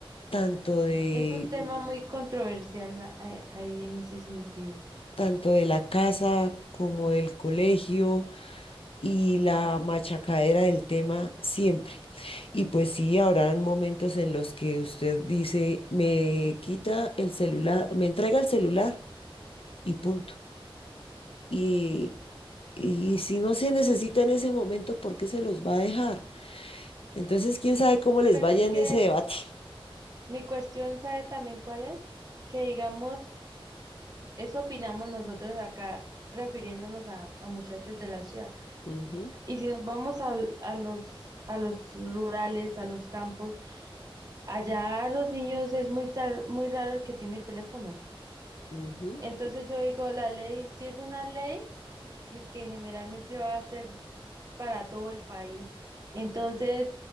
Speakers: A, on the left; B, on the right.
A: tanto de
B: es un tema muy controversial a- a- ahí en ese sentido.
A: tanto de la casa como del colegio y la machacadera del tema siempre. Y pues sí, habrán momentos en los que usted dice, me quita el celular, me entrega el celular y punto. Y, y si no se necesita en ese momento, ¿por qué se los va a dejar? Entonces, quién sabe cómo les
B: Pero
A: vaya
B: es
A: en
B: que
A: ese debate.
B: mi cuestión, ¿sabe también cuál es? Que digamos, eso opinamos nosotros acá refiriéndonos a a muchachos de la ciudad.
A: Ujú,
B: Y si nos vamos a a, los, a los rurales, a los campos, allá los niños es muy, tar- muy raro el que tiene teléfono.
A: ujú.
B: Entonces yo digo, la ley, si es una ley eh, que generalmente va a ser para todo el país, entonces,